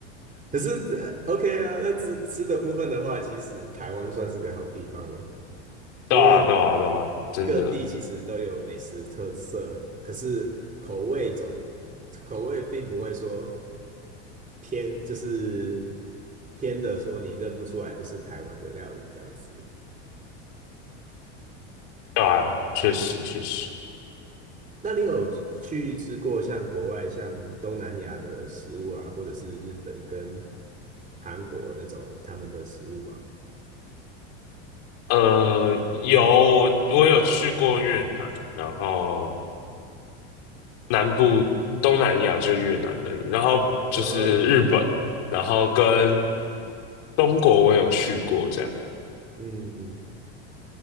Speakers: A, on the right; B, on the left.
A: 可是呃 OK 啊，那吃吃的部分的话，其实台湾算是个好地方欸
B: 对啊，
A: 因为
B: 对啊，对啊，真的，
A: 各地其实都有美食特色，可是口味总口味并不会说。偏就是偏的说你认不出来这是台湾的料理这样子。
B: 对啊，确实确实。
A: 那你有去吃过像国外像东南亚的食物啊，或者是日本跟韩国那种他们的食物吗？
B: 呃，有我我有去过越南，然后南部东南亚就越南而已，然后就是日本，
A: 呃，OK，
B: 然后跟中国我有去过，这样
A: 嗯嗯，